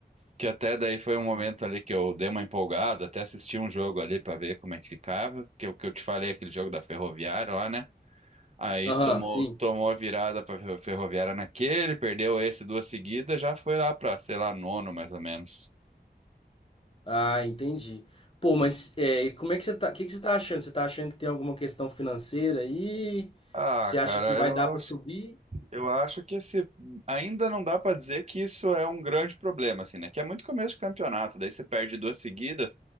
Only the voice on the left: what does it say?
Hum.
Aham,
sim.
Ah, entendi. Pô, mas é, e como é que você tá, o que que você tá achando? Você tá achando que tem alguma questão financeira aí?
Você acha
que vai
dar pra
subir?